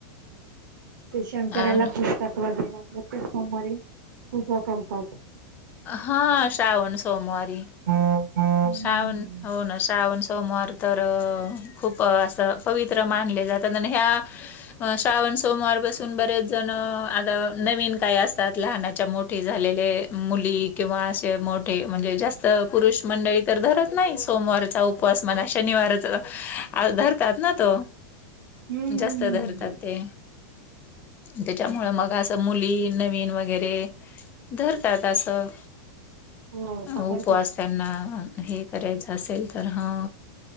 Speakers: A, on the right (about 75°); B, on the left (about 20°).
A: ते शंकराला
B: अ
A: पुतक वगैर प्रत्येक समोरे पूजा करतात.
B: हा श्रावण सोमवारी.
A: हम्म हम्म
B: श्रावण हो ना श्रावण सोमवार तर. खूप असं पवित्र मानले जातात आणि ह्या श्रावण सोमवार पासून बरेच. जण आता नवीन काही असतात लहानाच्या मोठी झालेले मुली. किंवा असे मोठे म्हणजे जास्त पुरुष. मंडळी तर धरत नाही सोमवारचा उपवास म्हणा शनिवाराचा. आ धरतात ना तो
A: हम्म
B: जास्त धरतात ते. त्याच्यामुळे मग असं मुली नवीन वगैरे. धरतातं असं.
A: हो पकडतात
B: उपवास त्यांना हे करायचं असेल तर हा.